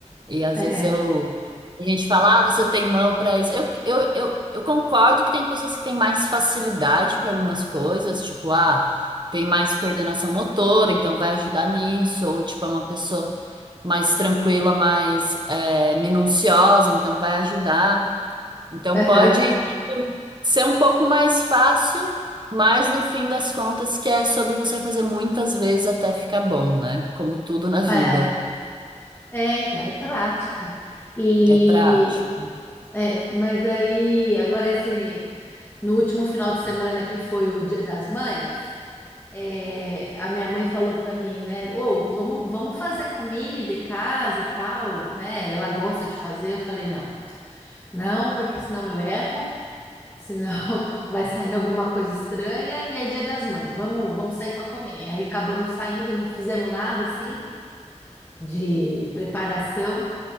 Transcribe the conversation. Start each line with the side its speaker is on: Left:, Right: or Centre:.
Right: E às
Left: É.
Right: vezes eu a gente fala, ah, você tem mão para isso. Eu, eu, eu, eu concordo que tem pessoas que têm mais facilidade para algumas coisas, tipo, ah, tem mais coordenação motora, então vai ajudar nisso, ou tipo, é uma pessoa mais tranquila, mais é, minuciosa, então vai ajudar. Então
Left: Aham,
Right: pode, tipo, ser um pouco mais fácil, mas no fim das contas que é sobre você fazer muitas vezes até ficar bom, né? Como tudo na vida,
Left: É, é, então, é prática. E,
Right: é prática.
Left: é, mas aí, agora esse, no último final de semana que foi o Dia das Mães, é, a minha mãe falou para mim, né, ou vamos, vamos fazer comida em casa, tal, né, ela gosta de fazer, eu falei, não, não, porque senão eu erro, senão <laughs> vai sair alguma coisa estranha e é Dia das Mães, vamos, vamos sair para comer. Aí acabamos saindo, não fizemos nada, assim, de preparação,